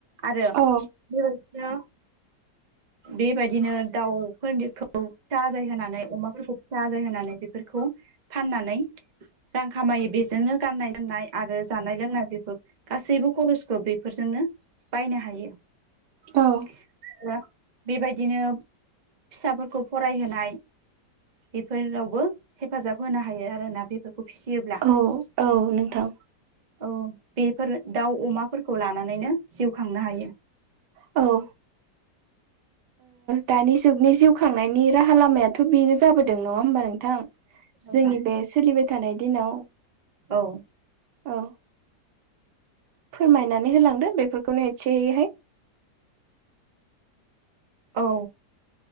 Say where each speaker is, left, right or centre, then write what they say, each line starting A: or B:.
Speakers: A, on the right; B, on the right.
A: आरो
B: औ
A: बेबायदिनो बेबायदिनो दाउफोरनिखौ फिसा आजाय होनानै अमाफोरखौ फिसा आजाय होनानै बेफोरखौ फाननानै रां खामायो बेजोंनो गाननाय जोमनाय आरो जानाय लोंनाय बेफोर गासैबो खरसखौ बेफोरजोंनो बायनो हायो
B: औ
A: <unintelligible> बेबायदिनो फिसाफोरखौ फरायहोनाय बेफोरावबो हेफाजाब होनो हायो आरोना बेफोरखौ फिसियोब्ला
B: औ औ नोंथां
A: औ बेफोर दाउ अमाफोरखौ लानानैनो जिउ खांनो हायो
B: औ दानि जुगनि जिउ खांनायनि राहा लामायाथ बेनो जाबोदों नङा होमबा नों थां
A: नोंथां
B: जोंनि बे सोलिबाय थानाय दिनाव
A: औ
B: औ फोरमायनानै होलांदो बेफोरखौनो एसेयैहाय
A: औ